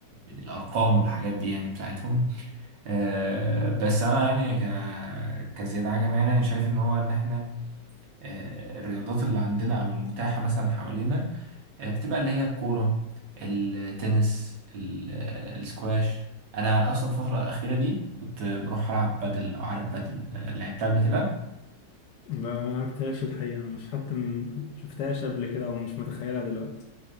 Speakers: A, on the right; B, on the left.
A: من الارقام والحاجات دي يعني بتاعتهم آه بس انا يعني ك كزياد عجب يعني انا شايف ان هو ان احنا آه الرياضات اللي عندنا او المتاحه مثلا حوالينا آه، بتبقى اللي هي الكورة التنس ال- آه، السكواش انا اصلا الفترة الأخيرة دي كنت بروح العب بادل لو عارف بادل آه، لعبتها قبل كده
B: لا ما لعبتهاش الحقيقة مش حتى م- شفتهاش قبل كده أو مش متخيلها دلوقتي